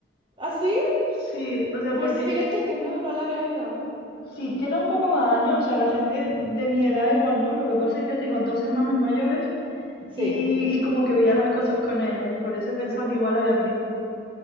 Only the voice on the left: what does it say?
Sí, o sea,
porque
si tiene un poco más de años, o sea, la gente de mi edad igual no. Lo que pasa es que yo tengo dos hermanas mayores
Y, y como que veía las cosas con ella, y por eso he pensado que igual la habías visto.